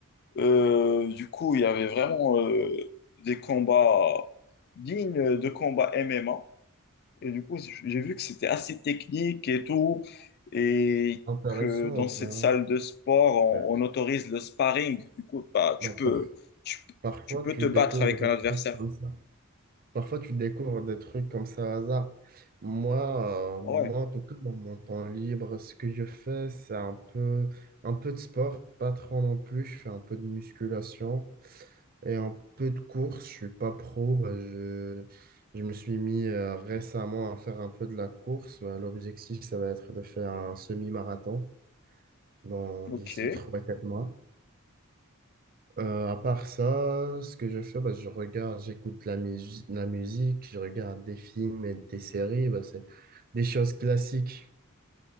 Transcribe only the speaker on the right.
Intéressant,
vraiment.
Euh,
bah,
par-
parfois,
tu
découvres
des
trucs comme ça. Parfois, tu découvres des trucs comme ça au hasard. Moi, euh, moi,
en tout cas, dans mon temps libre, ce que je fais, c'est un peu, un peu de sport, pas trop non plus. Je fais un peu de musculation. Et un peu de course, je suis pas pro. bah, je, je me suis mis euh, récemment à faire un peu de la course. Bah, l'objectif, ça va être de faire un semi-marathon dans
d'ici trois quatre mois. Euh, à part ça, ce que je fais, bah, je regarde, j'écoute la, musique la musique, je regarde des films et des séries. Bah, c'est des choses classiques.